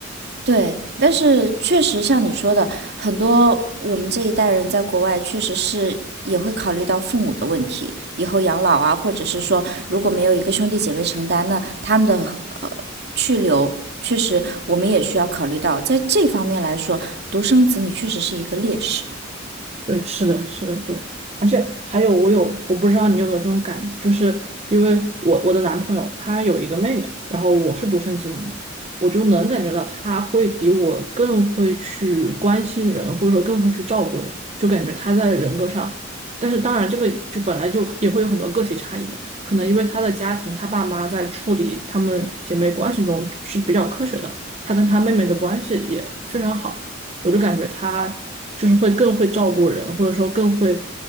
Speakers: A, on the right; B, on the right.
A: 对，但是确实像你说的，很多我们这一代人在国外确实是也会考虑到父母的问题，以后养老啊，或者是说如果没有一个兄弟姐妹承担，那他们的呃去留，确实我们也需要考虑到，在这方面来说，独生子女确实是一个劣势。
B: 对，是的，是的，对，而且还有，我有，我不知道你有没有这种感觉，就是因为我我的男朋友他有一个妹妹，然后我是独生子女嘛，我就能感觉到他会比我更会去关心人，或者说更会去照顾人，就感觉他在人格上，但是当然这个就本来就也会有很多个体差异嘛，可能因为他的家庭，他爸妈在处理他们姐妹关系中是比较科学的，他跟他妹妹的关系也非常好。我就感觉他就是会更会照顾人，或者说更会，